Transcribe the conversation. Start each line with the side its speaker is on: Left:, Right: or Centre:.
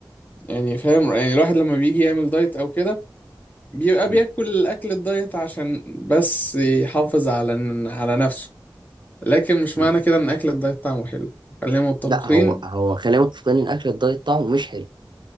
Left: يعني فاهم يعني الواحد لما بيجي يعمل دايت او كده بيبقى
Right: م-
Left: بياكل اكل الدايت عشان بس يحافظ على على نفسه لكن مش
Right: م.
Left: معنى كده ان اكل الدايت طعمه حلو خلينا متفقين
Right: لا هو هو خلينا متفقين ان اكل الدايت طعمه مش حلو